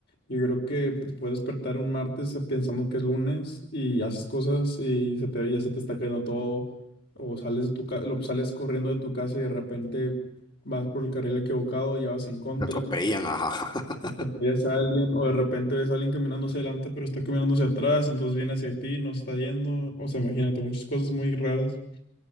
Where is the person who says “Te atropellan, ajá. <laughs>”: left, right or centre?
Left